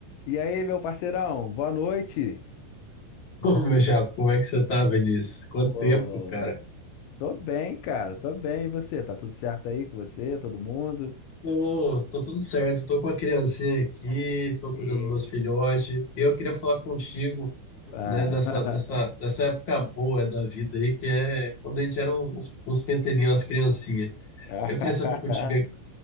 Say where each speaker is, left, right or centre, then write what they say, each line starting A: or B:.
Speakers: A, on the left; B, on the left.
A: E aí, meu parceirão, boa noite.
B: Ô, meu chapa, como é que você tá, Vinícius? Quanto
A: Pô,
B: tempo, cara?
A: tô bem, cara, tô bem. E você? Tá tudo certo aí com você, todo mundo?
B: Tô, tô tudo certo, tô com a criancinha aqui, tô
A: E-
B: cuidando dos meus filhotes. Eu queria falar contigo,
A: Ah.
B: né, dessa, dessa, dessa época boa da vida aí, que é quando a gente era uns, uns, uns pentelinhos, as criancinhas.
A: <laughs>
B: Eu queria saber contigo aí,